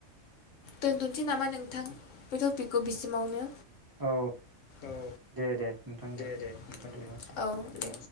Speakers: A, on the left; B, on the right.
A: दोनथसै नामा नोंथां बे टपिकखौ बिसिमावनो
B: औ
A: औ
B: दे दे नोंथां
A: दे दे नोंथां
B: दोनथ'नो
A: दे
B: हासिगोन
A: औ दे